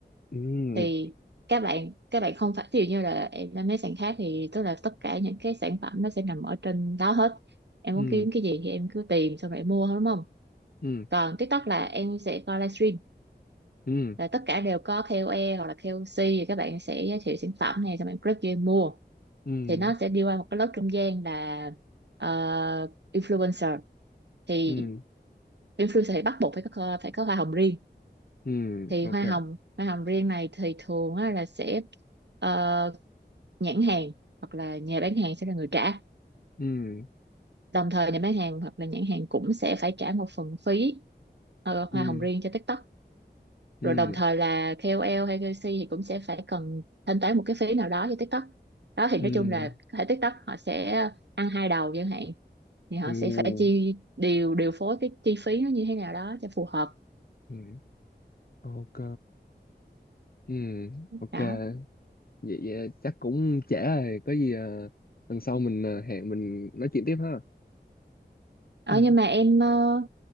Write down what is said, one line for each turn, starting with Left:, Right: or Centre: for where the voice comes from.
Left: ừ
Right: thì các bạn các bạn không phải ví dụ như là em lên mấy sàn khác thì tức là tất cả những cái sản phẩm nó sẽ nằm ở trên đó hết em
Left: ừ
Right: muốn kiếm cái gì thì em cứ tìm xong rồi em mua thôi đúng không
Left: ừ
Right: còn TikTok là em sẽ coi livestream
Left: ừ
Right: là tất cả đều có KOL hoặc là KOC thì các bạn sẽ giới thiệu sản phẩm này xong em click vô em mua
Left: ừ
Right: thì nó sẽ đi qua một cái lớp trung gian là ờ, influencer thì
Left: ừ
Right: influencer thì bắt buộc phải có phải có hoa hồng riêng
Left: ừ
Right: thì
Left: ok
Right: hoa hồng hoa hồng riêng này thì thường á, là sẽ ờ, nhãn hàng hoặc là nhà bán hàng sẽ là người trả
Left: ừ
Right: đồng thời nhà bán hàng hoặc là nhãn hàng cũng sẽ phải trả một phần phí ờ,
Left: ừ
Right: hoa hồng riêng cho TikTok
Left: ừ
Right: rồi đồng thời là KOL hay KC thì cũng sẽ phải cần thanh toán một cái phí nào đó cho TikTok đó thì
Left: ừ
Right: nói chung là hệ TikTok họ sẽ ăn hai đầu chẳng hạn thì họ
Left: ừ
Right: sẽ phải chi điều điều phối cái chi phí nó như thế nào đó cho phù hợp
Left: ừ ok ừ ok
Right: đó
Left: vậy, vậy chắc cũng trễ rồi có gì à, lần sau mình à, hẹn mình nói chuyện tiếp ha
Right: ờ,
Left: <clears throat> ừ.
Right: nhưng mà em ờ,